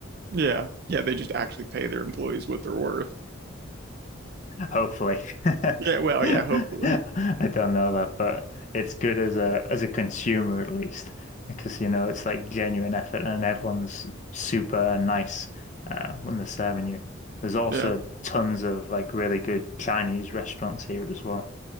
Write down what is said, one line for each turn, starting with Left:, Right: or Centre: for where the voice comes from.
Right: Yeah. Yeah, they just actually pay their employees what they're worth.
Left: Hopefully. <laughs> I
Right: Yeah, well, yeah, hopefully.
Left: don't know that, but it's good as a as a consumer at least, because you know it's like genuine effort and everyone's super nice uh, when they're serving you. There's also
Right: Yeah.
Left: tons of like really good Chinese restaurants here as well,